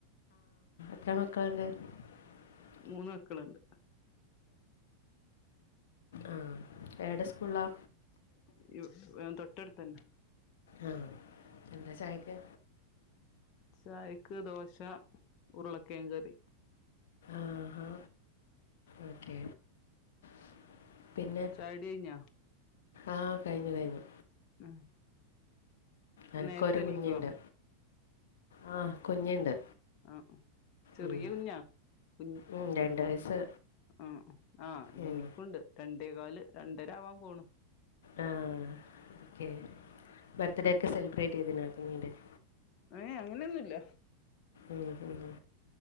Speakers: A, on the left (about 60°); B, on the left (about 40°).
A: <unintelligible>
B: മൂന്ന് മക്കളുണ്ട്
A: ആ ഏടെ സ്കൂളാ
B: <unintelligible> തൊട്ട <unintelligible> തന്ന
A: ആ എന്താ ചായക്ക്
B: ചായക്ക് ദോശ ഉരുളക്കേ കറി
A: ആഹാ ഓക്കെ <inaudible> പിന്നെ
B: ചായുടി കഴിഞ്ഞോ
A: ആഹ കഴിഞ്ഞു കഴിഞ്ഞു
B: ആഹ്
A: എനക്ക്
B: നേരത്തെ
A: ന്ക്കൊരു
B: എണീക്കുവോ
A: കുഞ്ഞുണ്ട് ആ കുഞ്ഞുണ്ട്
B: ആ ആ ചെറിയ
A: ഉം
B: കുഞ്ഞാ കുഞ്ഞ
A: ഉം രണ്ട് വയസ്സ്
B: ആ ആഹ
A: ഉം
B: എനിക്കുണ്ട് രണ്ട് <unintelligible> കാല് രണ്ടര ആവാൻ പോണ്
A: ആ ഓക്കെ ബർത്ത് ഡേക്ക് സലിബ്രേറ്റ് <unintelligible>
B: ഏ അങ്ങനെയൊന്നുമില്ല
A: മ് മ്